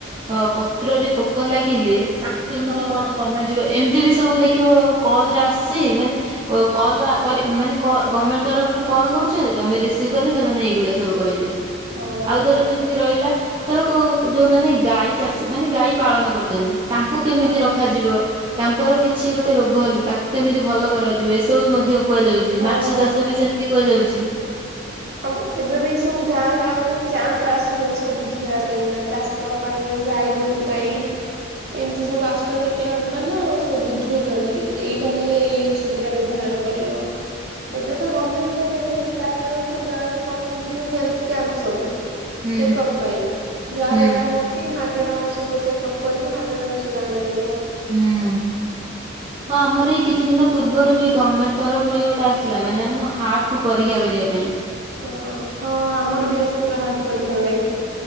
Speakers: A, on the right (about 25°); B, on the right (about 50°).
A: ଅ ପତ୍ରରେ ପୋକ ଲାଗିଲେ, ତାକୁ କେମିତି
B: ହଁ
A: କଣ କମା ଏମିତି ବି ସବୁ ଦେଖିବ, କଲରେ ଆସିଛି। ମାନେ ଓ କଲ କରି ମାନେ ଗମେଣ୍ଟ ତରଫରୁ କଲ୍ କରୁଛନ୍ତି। ତମେ ରିସିଭ କଲେ ସେମାନେ ଏଇଗୁଡା ସବୁ କହିବେ।
B: ହଁ
A: ଆଉ ଧର ଯେମିତି ରହିଲା ଧର କୋଉ ଯଉମାନେ ଗାଈ ଚାଷ। ମାନେ ଗାଈ ପାଳନ କରୁଛନ୍ତି। ତାଙ୍କୁ କେମିତି
B: ହଁ
A: ରଖାଯିବ। ତାଙ୍କର କିଛି ଗୋଟେ ରୋଗ ହେଲେ, ତାକୁ କେମିତି ଭଲ କରାଯିବ। ଏସବୁ ମଧ୍ୟ କୁହାଯାଉଛି।
B: ହଁ।
A: ମାଛ ଚାଷ ବି ସେମିତି କୁହାଯାଉଛି।
B: ଆମ ଏବେ ବି ସବୁ ଗାଁ ଗାଁ କୁ କ୍ୟାମ୍ପ ଆସୁଛନ୍ତି ସବୁ ବୁଝେଇବା ପାଇଁ ଏଗୁରା ଚାଷ ପାଇଁ ଗାଈ ଗୋରୁ ପାଇଁ ଏମିତି ସବୁ ଆସୁଛନ୍ତି, କ୍ୟାମ୍ପ ମାନ। ସବୁ ବୁଝଉଛନ୍ତି। ଏଇଟା ହେଲେ, ଏଇ ଔଷଧ ଟା ବ୍ୟବହାର କରିବ। ଏବେ ତ ଗମେଣ୍ଟ ତା ତରଫରୁ, ଗାଁକୁ ପଠଉଚଚି ଯଉ ହେଲଥ କ୍ୟାମ୍ପ ସବୁ।
A: ହୁଁ
B: ଚେକଅପ ପାଇଁ। ଯାହାର
A: ହୁଁ
B: ଯାହା ହଉ ଛି ମାଗେଣା ଔଷଧ ଚେକଅପ୍ କରିକି, ମାଗେଣା ଔଷଧ ଆଣିପାରିବ।
A: ହୁଁ। ହଁ। ଆମର ଏଇ କିଛି ଦିନ ପୂର୍ବରୁ ବି, ଗମେଣ୍ଟ ତରଫରୁ ଗୋଟେ ଆସିଲା। ମାନେ ଆମ ହାର୍ଟ କୁ ପରୀକ୍ଷା କରିବା ପାଇଁ।
B: ଓହୋ। ହଁ, ଆମର ବି ଆସିଥିଲା। ହାର୍ଟ ପରୀକ୍ଷା ପାଇଁ।